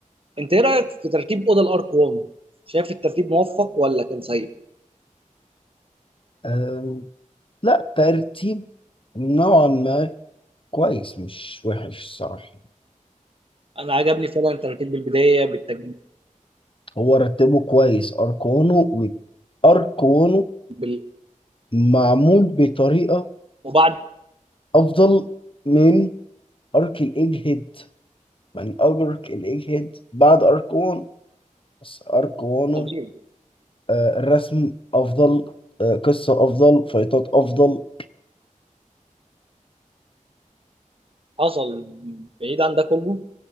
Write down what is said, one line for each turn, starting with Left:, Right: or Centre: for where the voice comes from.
Right: انت ايه رايك في ترتيب اوضه الارك 1 شايف الترتيب موفق ولا كان سيء
Left: أم، لا ترتيب نوعا ما كويس مش وحش الصراحة
Right: انا عجبني فعلا ترتيب بالبدايه بالتج...
Left: هو رتبه كويس أرقامه م- أرقامه
Right: بال...
Left: معمول بطريقة
Right: وبعد
Left: أفضل من أرك الإيج هيد من أول أرك الإيج هيد بعد أركون بس أركونه
Right: طبيعي
Left: آه، الرسم أفضل آه، قصة أفضل فايتات أفضل
Right: حصل بعيد عن ده كله